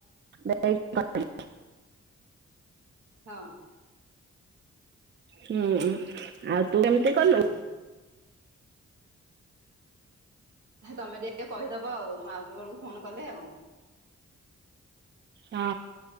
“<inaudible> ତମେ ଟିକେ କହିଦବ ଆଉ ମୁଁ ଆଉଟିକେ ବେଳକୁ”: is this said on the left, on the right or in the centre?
Right